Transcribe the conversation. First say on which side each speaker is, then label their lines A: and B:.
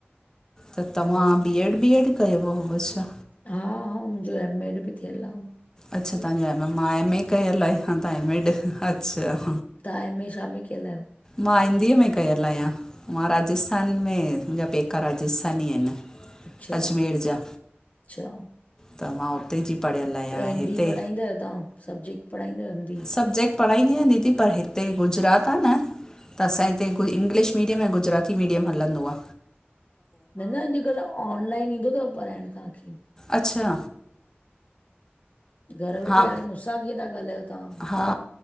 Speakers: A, on the left; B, on the left.
A: त तव्हां
B: हम्म,
A: बी एड बी एड कयो हुअ छा?
B: हा हा, मुंहिंजो ऐम एड बि थियल आ।
A: अच्छा तव्हांजो एम मां एमए कयल आहे, तव्हां एम एॾ अच्छा।
B: तव्हां एम ए शा में कयल आहियो?
A: मां हिंदीअ में कयल आहियां। मां राजस्थान में, मुंहिंजा पेका राजस्थानी आहिनि।
B: अच्छा।
A: अजमेर जा
B: अच्छा।
A: त मां उते जी पढ़ियल आहियां।
B: त हिंदी
A: हिते
B: पढ़ाईंन्दा आहियो तव्हां? सब्जेक्ट पढ़ाईंन्दा आयो हिंदी?
A: सब्जेक्ट पढ़ाईंदी आहियां दीदी, पर हिते गुजरात आ न त असां हिते कोई इंग्लिश मीडियम, ऐं गुजराती मीडियम हलंदो आ।
B: न न अॼुकल्ह ऑनलाइन ईंदो थव पढ़ाइण तव्हांखे?
A: अछा?
B: घरु वेठे
A: हा
B: हाणे मूंसां कीअं था ॻाल्हयो तव्हां?
A: हा।